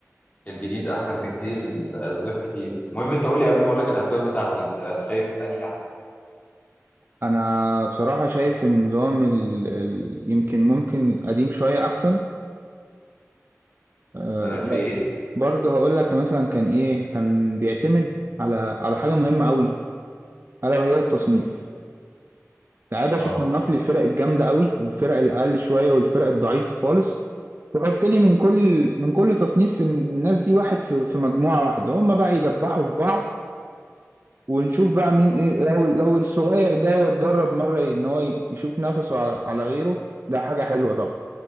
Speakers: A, on the left; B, on the right.
A: الجديد أحسن بكتير لأسباب كتير المهم أنت قول لي قبل ما أقول لك الأسباب بتاعتي أنت شايف أنهي أحسن
B: أنا بصراحة شايف النظام ال... ال... يمكن ممكن القديم شوية أحسن آه،
A: أه
B: ب-
A: في إيه؟
B: برضه هقول لك مثلا كان ايه كان بيعتمد على على حاجه مهمه قوي الا وهي التصنيف تعال يا باشا
A: أه
B: صنف لي الفرق الجامده قوي والفرق الاقل شويه والفرق الضعيفه خالص وحط لي من كل من كل تصنيف الناس دي واحد في في مجموعه واحده هم بقى يدبحوا في بعض ونشوف بقى مين ايه لو لو الصغير ده جرب مرة ان هو ي- يشوف نفسه على على غيره ده حاجة حلوة طبعا